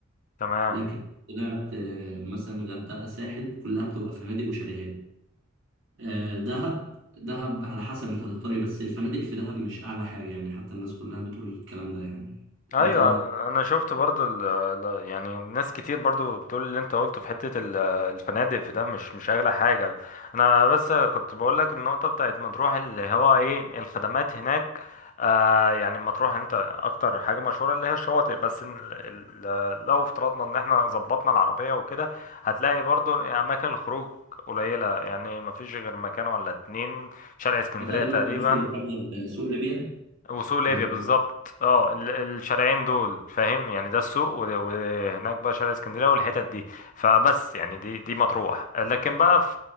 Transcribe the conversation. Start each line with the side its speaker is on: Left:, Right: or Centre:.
Left: تمام
Right: لكن طلعت آه، مثلا غردقه ساحل كلها بتبقى فنادق وشاليهات آه، دهب دهب على حسب انت هتختار ايه بس الفنادق في دهب مش اعلى حاجه يعني حتى الناس كلها بتقول الكلام ده يعني
Left: ايوه
Right: انت
Left: انا شفت برضو ال ال- يعني ناس كتير برضو بتقول اللي انت قلته في حته ال- الفنادق في ده مش مش اغلى حاجه انا بس كنت بقول لك النقطه بتاعت مطروح اللي هو ايه الخدمات هناك آه يعني مطروح انت اكتر حاجه مشهوره اللي هي الشواطئ بس إن ال- ال- لو افترضنا ان احنا ظبطنا العربيه وكده هتلاقي برضو اماكن الخروج قليله يعني مفيش غير مكان ولا اتنين شارع اسكندريه
Right: تقريبا
Left: تقريبا
Right: ما فيش في مطروح غير سوق ليبيا
Left: وسوق ليبيا
Right: الناس
Left: بالظبط اه ال- الشارعين دول فاهم يعني ده السوق و- وهناك بقى شارع اسكندريه والحتت دي فبس يعني دي دي مطروح لكن بقى في